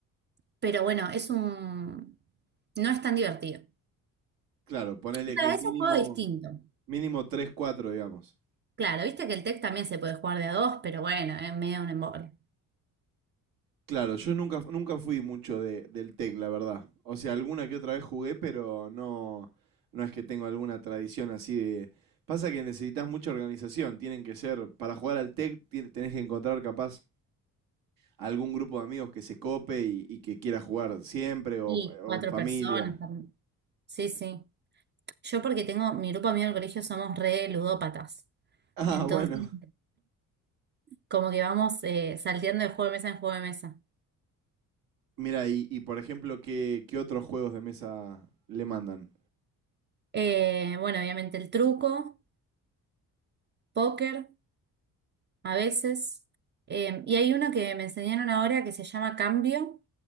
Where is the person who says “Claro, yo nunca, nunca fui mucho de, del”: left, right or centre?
Right